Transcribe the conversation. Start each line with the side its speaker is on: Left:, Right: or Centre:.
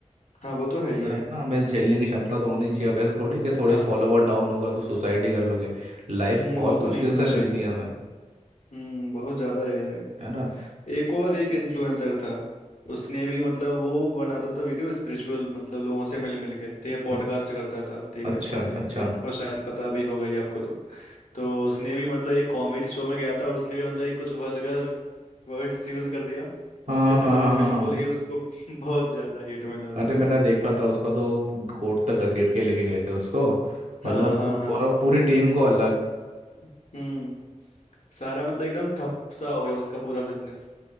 Left: हाँ वो तो है ही
Right: पता
Left: है
Right: है ना हमें झेलने की क्षमता तो होनी चाहिए अब ऐसे थोड़े कि थोड़े
Left: हाँ
Right: फॉलोवर डाउन होगा तो सुसाइड ही कर लोगे लाइफ
Left: हम्म
Right: बहुत
Left: वो
Right: मुश्किल
Left: तो नहीं होना
Right: से
Left: चाहिए
Right: मिलती है हमें
Left: हम्म बहुत ज्यादा रेयर है
Right: है ना
Left: एक और एक इन्फ्लुएंसर था उसने भी मतलब वो बनाता था वीडियो स्पिरिचुअल मतलब लोगों से मिल मिल के ठीक है पॉडकास्ट
Right: अ-
Left: करता था ठीक
Right: अच्छा
Left: है
Right: अच्छा
Left: आपको शायद पता भी होगा ही आपको तो तो उसने भी मतलब एक कॉमेडी शो में गया था और उसने भी मतलब एक कुछ वल्गर वर्ड्स यूज कर दिया
Right: हाँ
Left: उसके चक्कर
Right: हाँ हाँ
Left: में बिल्कुल
Right: हाँ हाँ
Left: ही उसको <laughs> बहुत ज्यादा हिट मिला उसको
Right: अरे मैंने देखा था उसका तो कोर्ट तक घसीट के लेके गए थे उसको
Left: हाँ
Right: मतलब
Left: हाँ हाँ
Right: और पूरी टीम को अलग
Left: हम्म सारा मतलब एकदम ठप सा हो गया उसका पूरा बिजनेस